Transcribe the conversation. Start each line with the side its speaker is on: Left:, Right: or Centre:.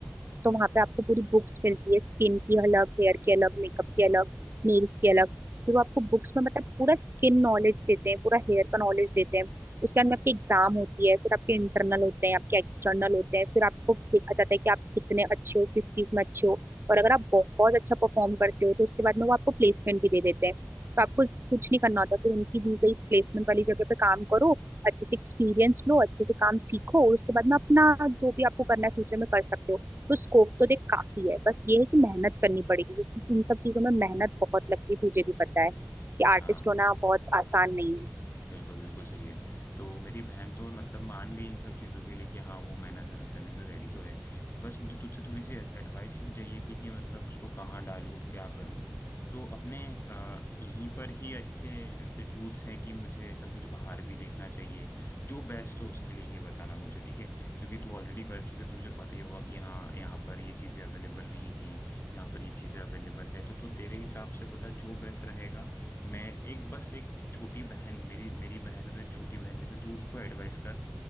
Right: तो वहां पे आपको पूरी बुक्स मिलती है स्किन की अलग हेयर की अलग मेकअप की अलग नेल्स की अलग फिर वो आपको बुक्स में मतलब पूरा स्किन नॉलेज देते हैं पूरा हेयर का नॉलेज देते हैं उसके बाद में आपकी एग्जाम होती है फिर आपके इंटरनल होते हैं आपके एक्सटर्नल होते हैं फिर आपको देखा जाता है कि आप कितने अच्छे हो किस चीज में अच्छे हो और अगर आप बहुत अच्छा परफॉर्म करते हो तो उसके बाद में वो आपको प्लेसमेंट भी दे देते हैं तो आपको कुछ नहीं करना होता फिर उनकी दी गई प्लेसमेंट वाली जगह पे काम करो अच्छे से एक्सपीरियंस लो अच्छे से काम सीखो और उसके बाद में अपना जो भी आपको करना है फ्यूचर में कर सकते हो तो स्कोप तो देख काफी है बस ये है कि मेहनत करनी पड़ेगी इन सब चीजों में मेहनत बहुत लगती है तुझे भी पता है कि आर्टिस्ट
Left: हाँ
Right: होना बहुत आसान नहीं है
Left: बिल्कुल बिल्कुल सही है तो मेरी बहन तो मतलब मान गई इन सब चीज़ों के लिए कि हाँ वो मेहनत मेहनत करने के लिए रेडी तो है बस मुझे तुझसे थोड़ी सी एडवाइस ही चाहिए थी कि मतलब उसको कहाँ डालूँ क्या करूँ तो अपने अ, यहीं पर ही अच्छे इंस्टीट्यूट्स हैं कि मुझे ऐसा कुछ बाहर भी देखना चाहिए जो बेस्ट हो उसके लिए ये बताना मुझे ठीक है क्योंकि तू ऑलरेडी कर चुके तुझे पता ही होगा कि हाँ यहाँ पर ये चीज़ें अवेलेबल नहीं थी यहाँ पर ये चीज़ें अवेलेबल है तो तू तेरे हिसाब से बता जो बेस्ट रहेगा मैं एक बस एक छोटी बहन मेरी मेरी बहन है तो एक छोटी बहन जैसे तू उसको एडवाइस कर